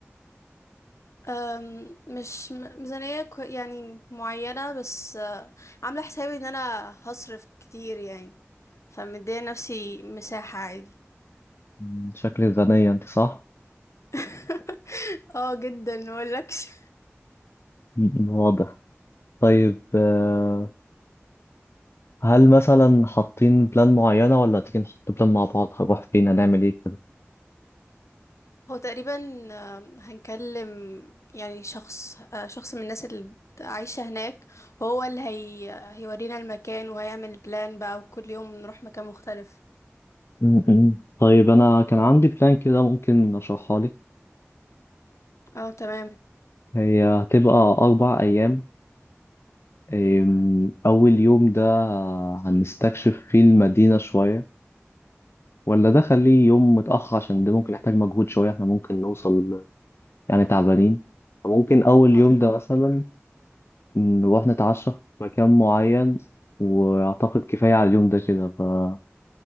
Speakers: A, on the left; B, on the left.
A: أم، مش م- ميزانية كو- يعني معينة بس أه، عاملة حسابي إن أنا هصرف كتير يعني فمدية نفسي مساحة عادي
B: مم، شكل الميزانية انت صح؟
A: <laughs> اه جدا مقولكش
B: مم، واضح طيب آه، هل مثلا حاطين بلان معينة ولا تيجي نحط بلان مع بعض هنروح فين هنعمل ايه كده؟
A: هو تقريبا آم، هنكلم يعني شخص آه، شخص من الناس اللي بت- عايشة هناك هو اللي هي آه، هيورينا المكان وهيعمل بلان بقى وكل يوم نروح مكان مختلف
B: مم، مم. طيب أنا كان عندي بلان كده ممكن أشرحها لك
A: اه تمام
B: هي هتبقى أربع أيام أم، أول يوم ده هنستكشف فيه المدينة شوية ولا ده خليه يوم متأخر عشان ده ممكن يحتاج مجهود شوية احنا ممكن نوصل يعني تعبانين فممكن أول
A: اه
B: يوم ده مثلا نروح نتعشى في مكان معين وأعتقد كفاية على اليوم ده كده ففي